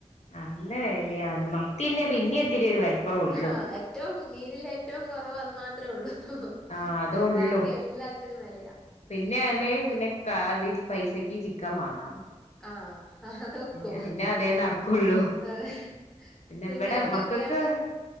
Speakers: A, on the left (about 65°); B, in the centre.
A: നല്ല വെലയ മത്തിന്നെ പിന്നെ ഇത്തിരി ഒരു വിലക്കുറവുള്ളു
B: ആഹ് ഏറ്റവും മീനില ഏറ്റവും കൊറവ് അത് മാത്ര ഉള്ളൂ
A: ആഹ് അതേള്ളൂ
B: ഏഹ് ബാക്കി എല്ലാത്തിനും വെലയാ
A: പിന്നെ അണെ പിന്നെ കാ അതിൽ പൈസക്ക് ചിക്കൻ വാങ്ങണം
B: ആഹ് ആ അതൊക്കും
A: പിന്നെ പിന്നെ അതേ നടക്കുള്ളൂ
B: ആഹ്
A: പിന്നെ
B: പിള്ളേർക്കൊക്കെയാണെങ്കിലു
A: ഇവിടെ മക്കൾക്ക്